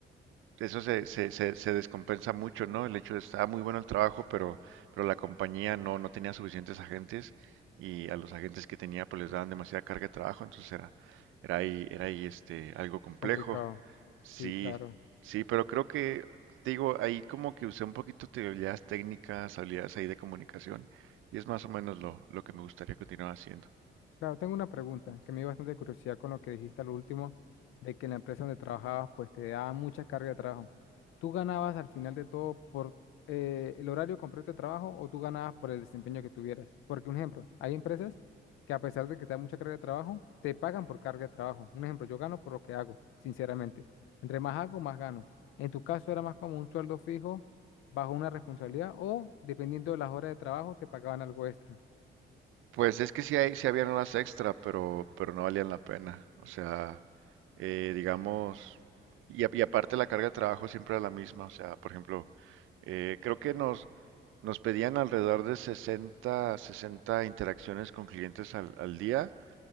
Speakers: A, on the right (about 85°); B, on the left (about 85°).
A: eso se, se, se, se descompensa mucho, ¿no? El hecho de estaba muy bueno el trabajo, pero, pero la compañía no, no tenía suficientes agentes y a los agentes que tenía, pues, les daban demasiada carga de trabajo, entonces era, era ahí, era ahí, este, algo complejo.
B: Complicado.
A: Sí,
B: Sí, claro.
A: sí, pero creo que, te digo, ahí como que usé un poquito de habilidades técnicas, habilidades ahí de comunicación, y es más o menos lo, lo que me gustaría continuar haciendo.
B: Claro, tengo una pregunta que me dio bastante curiosidad con lo que dijiste al último, de que en la empresa donde trabajabas, pues te daba mucha carga de trabajo. ¿Tú ganabas al final de todo por eh, el horario completo de trabajo o tú ganabas por el desempeño que tuvieras? Porque, un ejemplo, hay empresas que a pesar de que te dan mucha carga de trabajo, te pagan por carga de trabajo. Un ejemplo, yo gano por lo que hago, sinceramente. Entre más hago, más gano. En tu caso era más como un sueldo fijo bajo una responsabilidad o, dependiendo de las horas de trabajo, te pagaban algo extra.
A: Pues es que sí, hay, sí habían horas extra, pero, pero no valían la pena. O sea, eh, digamos, y, a- y aparte la carga de trabajo siempre era la misma. O sea, por ejemplo, eh, creo que nos, nos pedían alrededor de 60, 60 interacciones con clientes al, al día